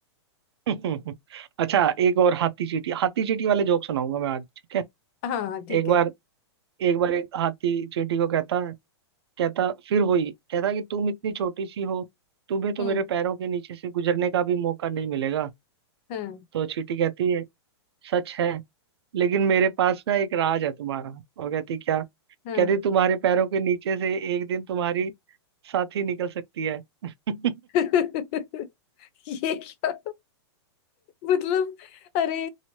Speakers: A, on the right; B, on the left.
A: <laughs> अच्छा एक और हाथी चींटी हाथी चींटी वाले जोक सुनाऊंगा मैं आज ठीक है
B: हाँ ठीक
A: एक बार
B: है
A: एक बार एक हाथी चींटी को कहता कहता फिर वही कहता कि तुम इतनी छोटी सी हो तुम्हें तो
B: हम्म
A: मेरे पैरों के नीचे से गुजरने का भी मौका नहीं मिलेगा
B: हाँ
A: तो चींटी कहती है सच है लेकिन मेरे पास ना एक राज है तुम्हारा और कहती क्या
B: हाँ
A: कहती तुम्हारे पैरों के नीचे से एक दिन तुम्हारी साथी निकल सकती है <laughs>
B: <laughs> ये क्या मतलब अरे